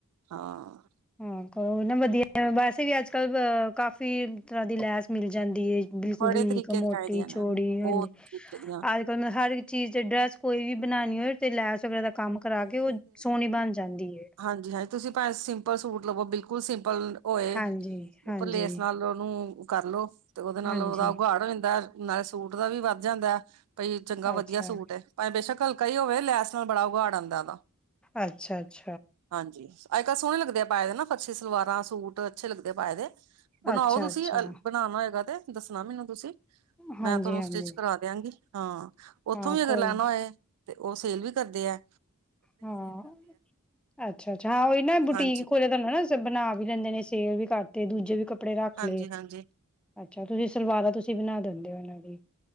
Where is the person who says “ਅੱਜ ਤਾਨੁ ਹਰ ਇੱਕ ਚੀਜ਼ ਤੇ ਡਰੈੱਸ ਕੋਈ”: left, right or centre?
Centre